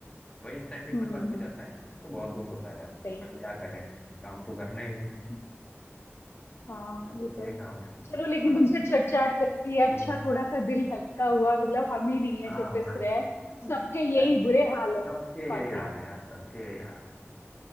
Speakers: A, on the left; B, on the left.
A: वही इंसेंटिव
B: हम्म
A: का फर्क
B: हम्म
A: हो
B: हम्म,
A: जाता है तो बहुत दुख होता है यार
B: सही
A: बट
B: कह
A: क्या करें काम तो करना ही है
B: हम्म, हाँ
A: मैं तो
B: ये
A: देख
B: तो
A: रहा हूँ कि
B: चलो लेकिन
A: मतलब
B: तुमसे चट चाट करके ये अच्छा
A: हम्म,
B: थोड़ा सा दिल हल्का हुआ मतलब हम ही नहीं है
A: हाँ
B: जो पिस रहे हैं
A: <laughs>
B: सबके
A: है।
B: यही बुरे हाल है
A: सबके
B: कॉर्पोरेट
A: यही हाल है यार सबके यही हाल है